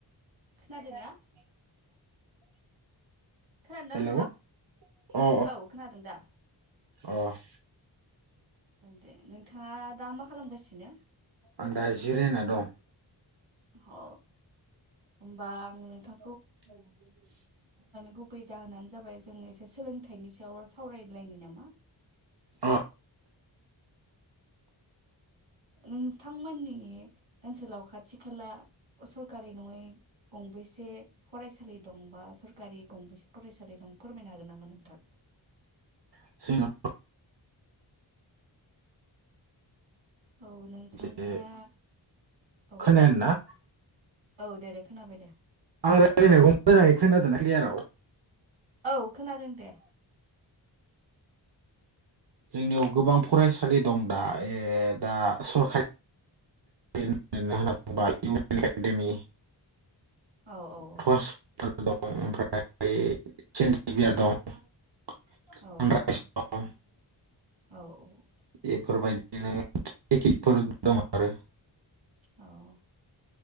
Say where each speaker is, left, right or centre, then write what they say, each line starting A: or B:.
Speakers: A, on the right; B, on the right.
A: <inaudible>
B: खोनादोंना खोनादोंना
A: हेलै
B: नोंथां
A: अ अ
B: औ खोनादों दा
A: अ <inaudible>
B: दे नोंथाङा दा मा खालामगासिनो
A: आं दा जिरायना दं
B: अ होमबा आं नोंथां
A: <inaudible>
B: गुबै जाहोनानो जाबाय जों एसे सोलोंथाइनि सायाव सावरायलायनि नामा
A: अ
B: नोंथांमोननि ओनसोलाव खाथि खाला सरखारि नङै गंबैसे फरायसालि दं बा सरखारि गंबेसे फरायसालि दं फोरमायनो हागोन नामा नोंथां
A: <unintelligible>
B: औ नोंथांनिया
A: जे <unintelligible>
B: औ औ दे दे खोनाबाय दे
A: आं रायजलायनायखौ मोजाङै खोनादोंना क्लियाराव
B: औ खोनादों दे
A: जोंनियाव गोबां फरायसालि दं दा ए दा सरखारि <unintelligible>
B: औ औ
A: फस <unintelligible> दं ओमफ्राय सेन जि बि आर दं <unintelligible>
B: औ <inaudible>
A: बेफोरबायदिनो <unintelligible> फोर दं आरो
B: औ औ